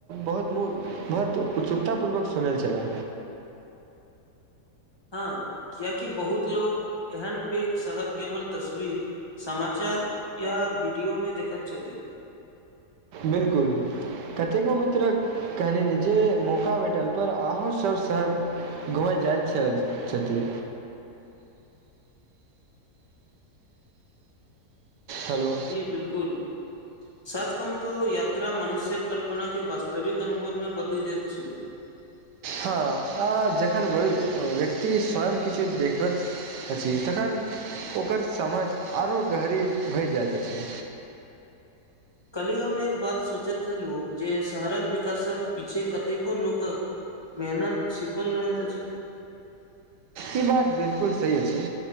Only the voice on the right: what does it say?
बहुत बहुत उत्सुकता पूर्वक सुनने छले।
बिलकुल कतेको मित्र कहलिन जेे मौका भेठल पर आहों सब शहर घुमे जाएत छैथ छथि। हेलो
हँ, जखन व्यक्ति स्वयं किछु देखबैत अछि तखन ओकर समझ आरो गहरी भए जाइत अछि।
ई बात बिलकुल सही अछि,